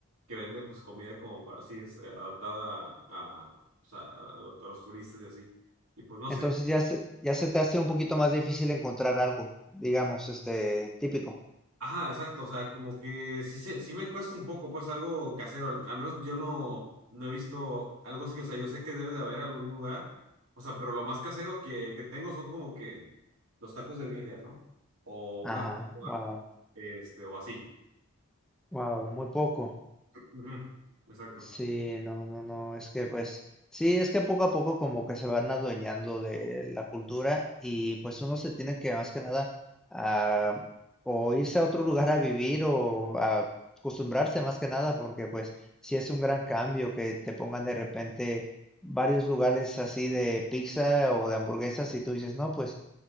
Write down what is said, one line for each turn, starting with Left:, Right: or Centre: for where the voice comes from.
Right: que vende pues comida como para así, es, eh, adaptada a, a, o sea, a, lo- a los turistas y así. Y pues no sé.
Centre: Entonces ya se, ya se te hace un poquito más difícil encontrar algo, digamos, este, típico.
Right: Ah, exacto, o sea, como que sí, se- sí me cuesta un poco, pues algo casero. Al, al menos yo no, no he visto algo así, o sea, yo sé que debe de haber algún lugar, o sea, pero lo más casero que, que tengo son como que los tacos de birria, ¿no? O
Centre: Ajá,
Right: una barbacoa,
Centre: wow,
Right: este, o así.
Centre: wow, muy poco.
Right: Ujú, Exacto.
Centre: Sí, no, no, no, es que pues sí, es que poco a poco como que se van adueñando de la cultura y pues uno se tiene que más que nada ah, o irse a otro lugar a vivir o a acostumbrarse más que nada porque pues sí es un gran cambio que te pongan de repente varios lugares así de pizza o de hamburguesas y tú dices, no, pues